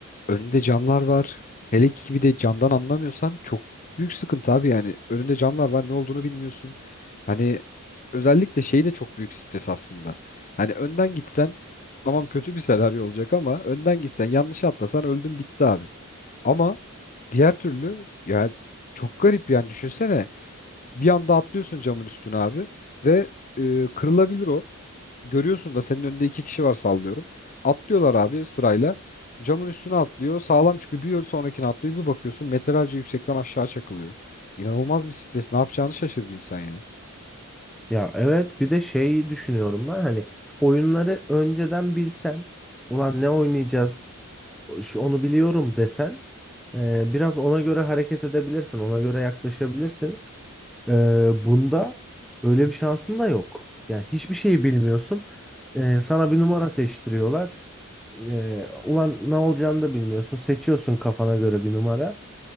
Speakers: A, on the left; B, in the centre.
A: Önünde camlar var. Hele ki bir de camdan anlamıyorsan çok büyük sıkıntı abi yani. Önünde camlar var ne olduğunu bilmiyorsun. Hani özellikle şey de çok büyük stres aslında. Hani önden gitsen tamam kötü bir senaryo olacak ama önden gitsen yanlış atlasan öldün bitti abi. Ama diğer türlü ya çok garip yani düşünsene bir anda atlıyorsun camın üstüne abi ve e, kırılabilir o. Görüyorsun da senin önünde iki kişi var sallıyorum. Atlıyorlar abi sırayla. Camın üstüne atlıyor. Sağlam çünkü bir yol sonrakine atlıyor. Bir bakıyorsun metrelerce yüksekten aşağı çakılıyor. İnanılmaz bir stres. Ne yapacağını şaşırdı insan ya.
B: Ya evet bir de şeyi düşünüyorum ben hani oyunları önceden bilsen ulan ne oynayacağız şu- onu biliyorum desen e, biraz ona göre hareket edebilirsin ona göre yaklaşabilirsin. Ee, bunda öyle bir şansın da yok. Yani hiçbir şeyi bilmiyorsun. Ee, sana bir numara seçtiriyorlar. Ee, ulan ne olacağını da bilmiyorsun. Seçiyorsun kafana göre bir numara.